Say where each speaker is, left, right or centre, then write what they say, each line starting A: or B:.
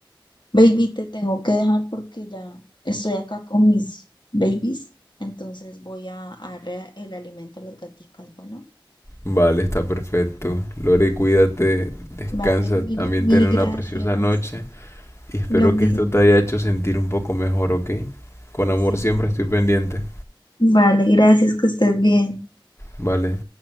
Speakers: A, on the left (about 60°); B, on the left (about 30°).
A: Baby, te tengo que dejar porque ya estoy acá con mis babies. Entonces voy a, a darle el alimento a las gaticas. Bueno,
B: Vale, está perfecto. Lore, cuídate, descansa,
A: vale, mil,
B: también
A: mil
B: ten una
A: gracias.
B: preciosa noche. Y espero
A: Lo mismo,
B: que esto te haya hecho sentir un poco mejor, ¿ok? Con amor
A: sí.
B: siempre estoy pendiente.
A: Vale, gracias, que estés bien.
B: Vale.